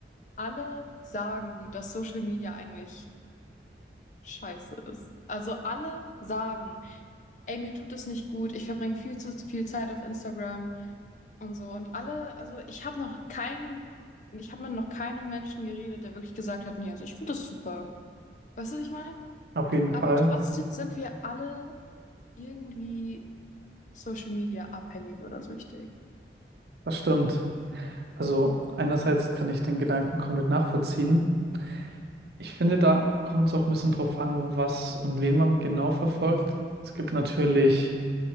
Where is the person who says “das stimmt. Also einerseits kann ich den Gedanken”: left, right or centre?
Right